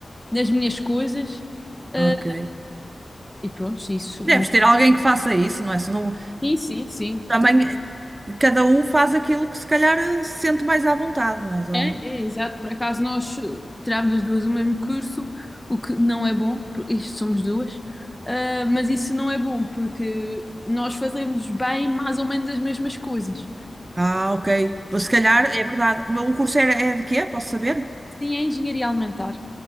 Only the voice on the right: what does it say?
Ok.
Deves ter alguém que faça isso, não é? Se não,
também eh, cada um faz aquilo que se calhar eh, se sente mais à vontade, não é? Só-
Ah, ok. Se calhar é verdade. Mas O curso era, é de quê? Posso saber?